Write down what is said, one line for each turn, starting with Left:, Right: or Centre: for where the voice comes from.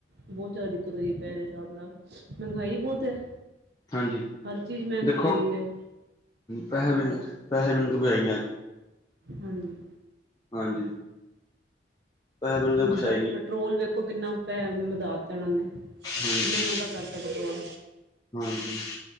Right: ਬਹੁਤ ਜ਼ਿਆਦਾ ਦਿੱਕਤ ਹੋਈ ਪੈ ਦੇ ਹਿਸਾਬ ਨਾਲ ਮਹਿੰਗਾਈ ਬਹੁਤ ਹੈ।
Left: ਹਾਂਜੀ
Right: ਹਰ ਚੀਜ਼ ਮਹਿੰਗੀ
Left: ਦੇਖੋ
Right: ਹੋਈ ਹੈ
Left: ਪੈਸੇ ਬਿਨਾਂ ਪੈਸੇ ਬਿਨਾਂ ਤੋਂ ਦੁਬਈ ਅੱਜ
Right: ਹਾਂਜੀ
Left: ਹਾਂਜੀ ਪੈਸੇ ਬਿਨਾਂ
Right: ਹੁਣ
Left: ਤਾਂ ਕੁਛ
Right: ਜਿੱਦਾਂ
Left: ਹੈ ਹੀ ਨਹੀਂ।
Right: ਪੈਟਰੋਲ ਵੇਖੋ ਕਿੰਨਾ ਪੈ ਵਧਾ ਦਿੱਤਾ ਉਹਨਾਂ ਨੇ
Left: ਹਾਂਜੀ
Right: ਕਿੰਨਾ ਮਹਿੰਗਾ ਕਰਤਾ ਪੈਟਰੋਲ
Left: ਹਾਂਜੀ